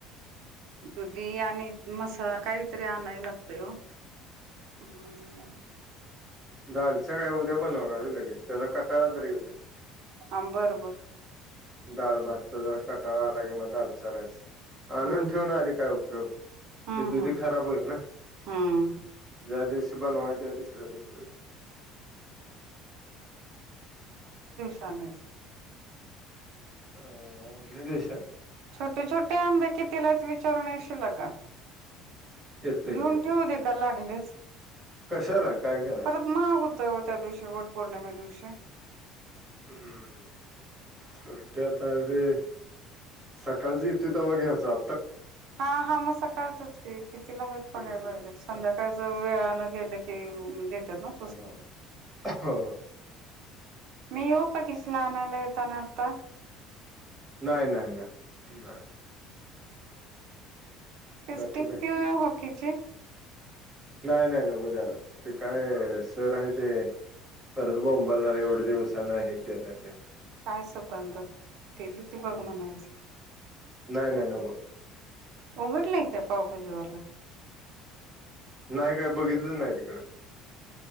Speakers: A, on the right; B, in the centre.
A: दुधी आणि मसा काहीतरी आणाय लागतंय हो. हम्म <unintelligible>
B: दालच काय उद्या बनवणार आहे लगेच त्याचा कटाळा तरी उद्या
A: हां बरोबर
B: ाळ भातचा जरा कटारा आला कि म दालचा रास
A: हम्म
B: आणून ठेव ना आधी काय उपयोग
A: हम्म
B: ते दुधी
A: हम्म
B: खराब होईल ना
A: हम्म
B: ज्या दिवशी पणवाय त्या दिसऱ्या दिवस
A: श मिळची
B: ह देश
A: छोटे छोटे आंबे कि तिलाच विचारून येशील का
B: येतय
A: घेऊन
B: की येतय
A: ठेवू दे का लागलीच
B: कशाला काय कराय
A: परत महाग हो हो त्या दिवशी वट पौर्णिमे दिवशी
B: हम्म सत्या तरे सकाळचे इथे तवा घ्यायचा
A: हा हा मग सकाळचच कि कितीला आहेत बघायला
B: हम्म
A: पाहिजेत संध्याकाळच
B: चालतंय
A: वेळ न गेलं की देतात ना स्वस्त.
B: हा हो
A: मी येऊ का किसला आणयला येताना आता?
B: नाही नाही नाही नाही
A: ती
B: बाकी
A: स्टिक
B: काय
A: देऊया हॉकीची
B: नाही नाही नको द्यायला, ते काय सर आहे ते परत बोंबलनारे येवढ्या दिवसान हे केलं ते
A: काय असं बंद तेलच
B: हम्म
A: बघ म्हणायचं <unintelligible>
B: नाही नाही नको
A: उघडले का पावभाजी वाला
B: नाही काय बघितलं नाही तिकड